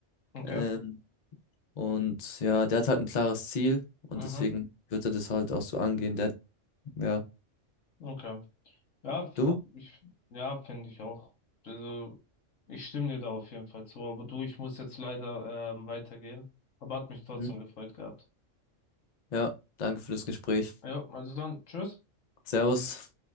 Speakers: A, on the left; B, on the left.
A: okay.
B: Ähm, und ja, der hat halt ein klares Ziel und
A: Aha.
B: deswegen wird er das halt auch so angehen. Der, ja,
A: Okay. Ja, find
B: du?
A: ich, ja, finde ich auch. Also, ich stimme dir da auf jeden Fall zu. Aber du, ich muss jetzt leider ähm, weitergehen. Aber hat mich trotzdem
B: Hm.
A: gefreut gehabt.
B: Ja, danke für das Gespräch.
A: Ja, also dann, tschüss.
B: Servus.